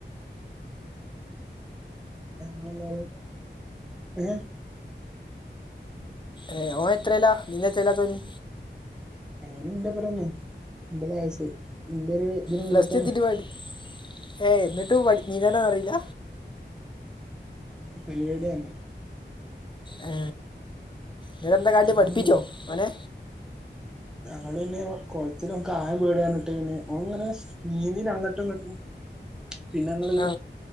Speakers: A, in the centre; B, on the left.
A: ഞങ്ങളെല്ലാരും ഏ
B: എ ഓൻ എത്രലാ നീന്താൻ ഇഷ്ടല്ലാത്തോന്
A: ഓന് ൻ്റെ ഒപ്പരം ന്നെ ന്റെ വയസ് ന്റെ ഒരു ഇതിലും
B: പ്ലസ്
A: മൂത്താണ്
B: ടു എത്തിയിട്ട് പഠി ഏ എന്നിട്ടും പഠിഞ്ഞിലാറയില്ല
A: നൂക്ക് പേടി ആണ്
B: അ് നിട്ടെന്താ കാട്ടി
A: ഞങ്ങളങ്ങട്
B: പഠിപ്പിച്ചോ ഓനെ
A: ഞങ്ങള് പിന്നെ കൊഴത്തിലും ഓക്ക് ആഴം പേടിറഞ്ഞിട്ട്ന്നെ അങ്ങനെ നീന്തിന് അങ്ങട്ടും ഇങ്ങട്ടും പിന്നെ ഞങ്ങള്
B: ആ